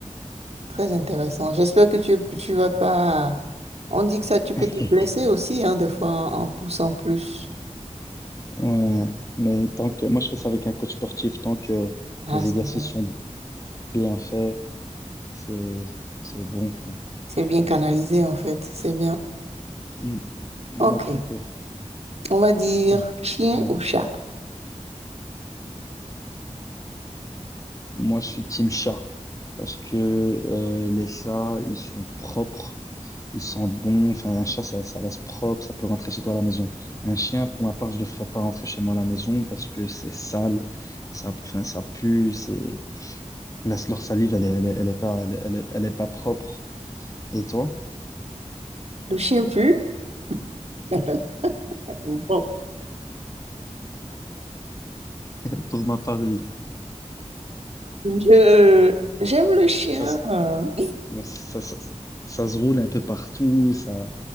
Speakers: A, on the right (about 60°); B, on the left (about 25°).
A: Très intéressant. J'espère que tu, tu vas pas. On dit que ça, tu peux
B: <laughs>
A: te blesser aussi, hein, des fois en, en poussant plus.
B: Ouais, mais tant que moi je fais ça avec un coach sportif, tant que
A: Ah,
B: les
A: c'est
B: exercices
A: bien.
B: sont bien faits, c'est c'est bon quoi.
A: C'est bien canalisé, en fait. C'est bien.
B: Mm, mm,
A: OK.
B: à ton tour.
A: On va dire
B: <laughs>
A: chien
B: Mm.
A: ou
B: Ouais.
A: chat.
B: Moi je suis team chat parce que euh, les chats ils sont propres, ils sentent bon. Enfin un chat ça, ça reste propre, ça peut rentrer chez toi à la maison. Un chien pour ma part je le ferais pas rentrer chez moi à la maison parce que c'est sale, ça enfin ça pue, c'est la- leur salive elle est, elle est, elle est pas elle est elle est elle est pas propre. Et toi?
A: Le chien pue. <laughs> Bon.
B: <laughs> Pour ma part, oui.
A: Je, j'aime le chien.
B: Ça, se-
A: <laughs>
B: ouais, ça, ça, ça se roule un peu partout. Ça,